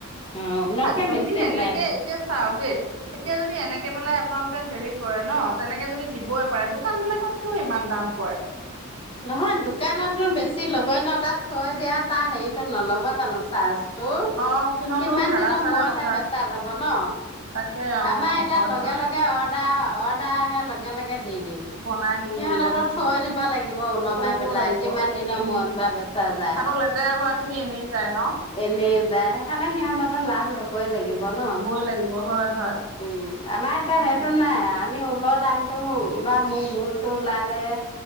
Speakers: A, on the left; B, on the right.
A: অঁ ওলটকে
B: আ, যদি
A: বেছি
B: এনেকে
A: ওলাই।
B: এতিয়া চাওক দেই এতিয়া যদি এনেকে পেলাই আপোনালোকে হেৰি কৰে ন তেনেকে যদি দিবই পাৰে- দোকান বিলাকত কিয় ইমান দাম কৰে?
A: নহয় দোকানতো বেছি ল'বই ন, তাথ থৈ দিয়া তাৰ হেৰিতো নল'ব জানো চাৰ্জ। তোৰ
B: অ সিহঁতও
A: কিমান
B: ভাড়া
A: দিনৰ
B: চাৰা
A: মূৰতহে
B: কথা
A: বেচা যাব ন।
B: তাকে অ
A: আমাৰ এতিয়া
B: হয়
A: লগে
B: হয়
A: লগে অৰ্ডাৰ অত- দাই আহে লগে লগে দি দিম
B: বনাই দি
A: সিহঁতেতো
B: দিয়ে উম
A: থৈ দিবা লাগিব ওলমাই।
B: থৈ দিব
A: পেলাই
B: লাগিব
A: কিমান দিনৰ
B: উম
A: মূৰত বা বেচা যায়?
B: আকৌ লেতেৰা হোৱা খিনি এনেই যায় ন
A: এনেই যায় সেইকাৰণে সিহঁততো লাভ লবই লাগিব ন।
B: বই লাগিব হয়। হয়
A: উম' আমাৰ এতিয়া
B: হয়
A: সেইটো নাই আমি ওলৰ দাম- টো বা মোৰ মূলতটো উলালে-